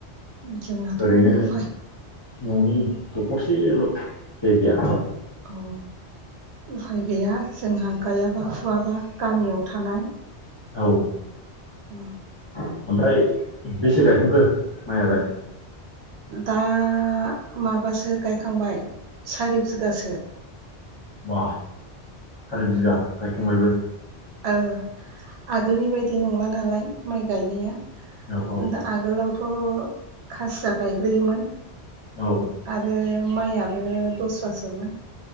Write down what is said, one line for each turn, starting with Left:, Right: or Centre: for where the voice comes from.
Right: जोंहथ'
Left: ओरैनो
Right: उफाय
Left: न'नि दखरसेल' जाय गैया
Right: औ उफाय गैया जोंहा गायाबा फुवाबा गामियाव थानाय
Left: औ
Right: ओ
Left: ओमफ्राय बेसे गायखांखो माइयालाय
Right: दा माबासो गायखांबाय सारि बिगासो
Left: बा सारि बिगा गायखांबायबो
Right: ओ आगोलनि बायदि नंला नालाय माइ गायनाया
Left: औ औ
Right: दा आगोलाव थ' खासिया गायग्रोयोमोन
Left: औ
Right: आरो माइयाबो द'स्रासोमोन